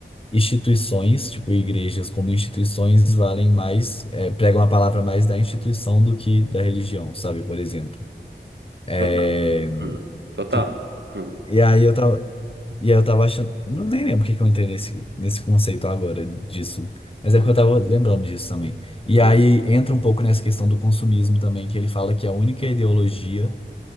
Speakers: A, on the left; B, on the right.
A: instituições, tipo, igrejas como instituições, valem mais, é, pregam a palavra mais da instituição do que da religião, sabe? Por exemplo. É,
B: Total. Hum. Total.
A: tipo,
B: Hum.
A: e aí eu tava. E aí eu tava achando. Não nem lembro porque que que eu entrei nesse, nesse conceito agora disso. Mas
B: Uhum.
A: é porque eu tava lembrando disso também. E aí
B: Bota-
A: entra um pouco nessa questão do consumismo também, que ele fala que a única ideologia